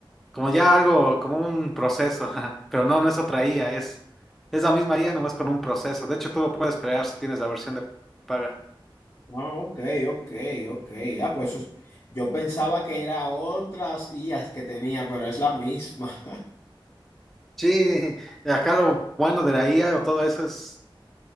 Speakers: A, in the centre; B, on the left.
A: como ya algo, como un proceso. <laughs> Ajá. Pero no, no es otra IA, es, es la misma IA, nomás con un proceso. De hecho, tú lo puedes crear si tienes la versión de paga.
B: Ah, ok, ok, ok. Ah, pues eso es- yo pensaba que era otras IAs que tenía, pero es la misma. <laughs>
A: Sí, acá lo bueno de la IA o todo eso es